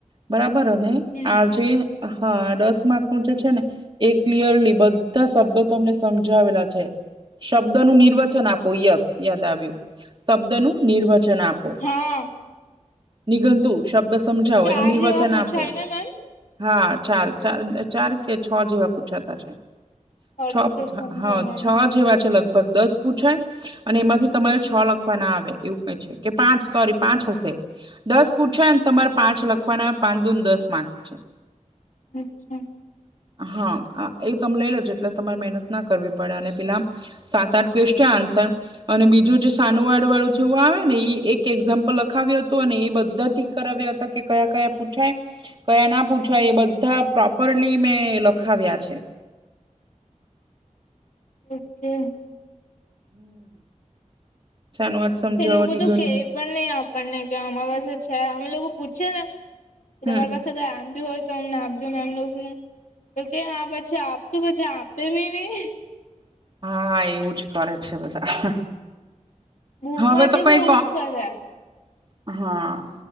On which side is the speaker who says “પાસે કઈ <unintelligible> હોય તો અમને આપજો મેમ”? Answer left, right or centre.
Left